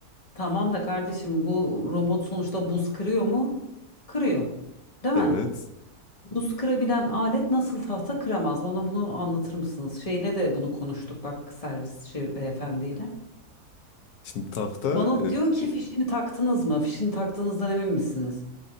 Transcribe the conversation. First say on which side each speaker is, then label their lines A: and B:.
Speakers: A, on the left; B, on the left.
A: Tamam da kardeşim bu robot sonuçta buz kırıyor mu? Kırıyor. Değil
B: Evet.
A: mi? Buz kırabilen alet nasıl tahta kıramaz? Bana bunu anlatır mısınız? Şeyle de bunu konuştuk bak servis şey, beyefendiyle.
B: Şimdi tahta
A: Bana diyor ki fişini taktınız mı? Fişini taktığınızdan emin misiniz?